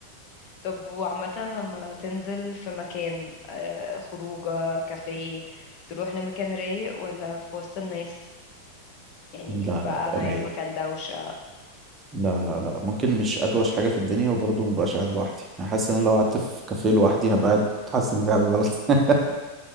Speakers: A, on the left; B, on the right.
A: طب وعامة لما تنزل في مكان آه، خروجة كافيه تروح لمكان رايق ولا في وسط الناس يعني
B: لا
A: بقى
B: لا
A: انا
B: رايق
A: عايز مكان دوشة
B: لا لا لا ممكن مش ادوش حاجه في الدنيا وبرضه مبقاش قاعد لوحدي انا حاسس ان انا لو قعدت في كافيه لوحدي هبقى قاعد حاسس ان في حاجه غلط <laughs>